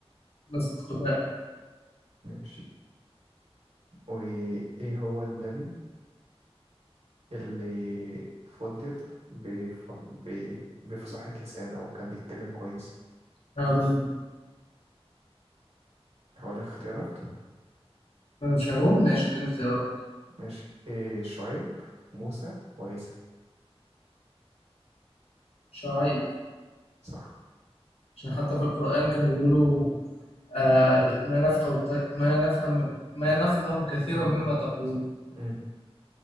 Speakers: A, on the left (about 70°); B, on the right (about 85°).
A: مسجد قباء
B: ماشي وإيه هو النبي اللي فضل بف... ب... بفصاحة لسان أو كان بيتكلم كويس
A: هارون
B: هقول لك اختيارات
A: مش هارون ماشي اديني اختيارات
B: ماشي إيه شعيب موسى وعيسى
A: شعيب
B: صح
A: عشان حتى في القرآن كانوا بيقولوا له آه ما نفقه ق- ما نفهم ما نفقه كثيرا
B: ما
A: مما
B: نرفق
A: تقول
B: نفسنا مم.